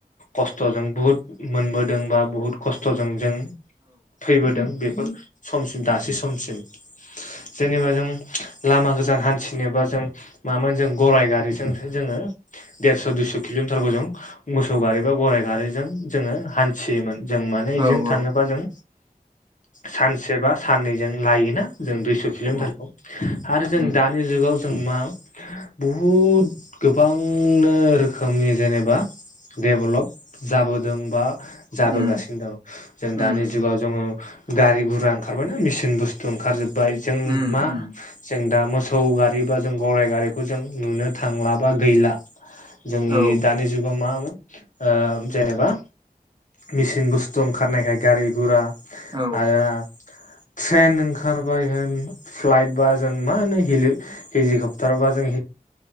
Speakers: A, on the left; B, on the right.
A: खस्थ'जों बुहुद मोनबोदोंबा बुहुद खस्थ'जों जों थैबोदों बेफोर समसिम दासि समसिम जेनेबा जों लामा गोजान हान्थिनोबा जों मामोन जों गराइ गारिजोंसो जोङो देरस' दुइस' किल'मिटारखौ जों मोसौ गारि बा गराइ गारिजों जोङो हान थियोमोन जों माने बिजोंनो
B: औ औ
A: थाङोबा जों सानसे बा साननैजों लायोना जों दुइस' किल'मिटारखौ
B: औ
A: आरो जों
B: उम
A: दा नि जुगाव जों मा बहुद गोबांनो रोखोमनि जेनेबा डेभेलप जाबोदों बा जाबोगासिनो
B: उम
A: दं जों
B: उम
A: दानि ओ जोङो गारि गुरा ओंखारबायनाा मेसिन बुस्थु ओंखारजोबबाय जों
B: उम
A: मा
B: उम
A: जों दा मोसौ गारि बा जों गराय गारिखौ जों नुनो थांला बा गैला। जोंनि
B: औ
A: दानि जुगाव मामोन जेनेबा मिचिन बुस्थु ओंखारनायखाय गारि गुरा
B: औ
A: आरो ट्रेन ओंखारबाय होन फ्लाइट बा जों मा होनो हिलि हेलिकप्टार बा जों